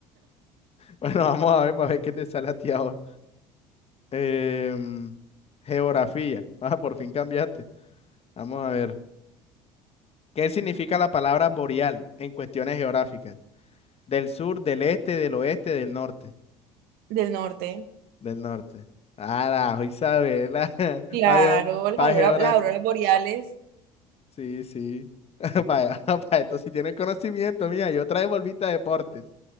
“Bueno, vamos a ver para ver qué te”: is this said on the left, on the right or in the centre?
Left